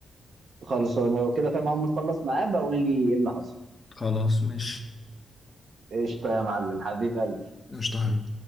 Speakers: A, on the right; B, on the left.
A: خلاص انا لو كده فاهم اول ما تخلص معاه بقول لي ايه اللي حصل
B: خلاص مش
A: قشطه يا معلم حبيب قلبي
B: مش طهري